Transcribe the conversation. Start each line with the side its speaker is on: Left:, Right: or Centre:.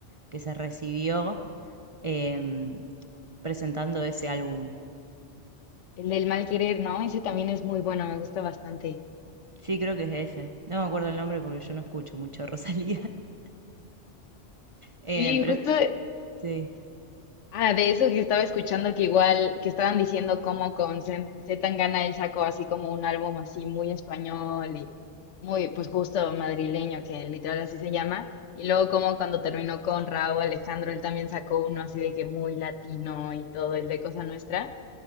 Right: que se recibió em, presentando ese álbum.
Left: El del mal querer, ¿no? Ese también es muy bueno, me gusta bastante.
Right: Sí, creo que es ese. No me acuerdo el nombre porque yo no escucho mucho a Rosalía. <laughs> Em,
Left: Sí,
Right: pero
Left: justo
Right: sí.
Left: Ah, de eso que estaba escuchando que igual, que estaban diciendo cómo con Z Z Tangana él sacó así como un álbum así muy español y muy, pues justo madrileño, que literal así se llama. Y luego como cuando terminó con Raúl Alejandro, él también sacó uno así de que muy latino y todo, el de Cosa Nuestra.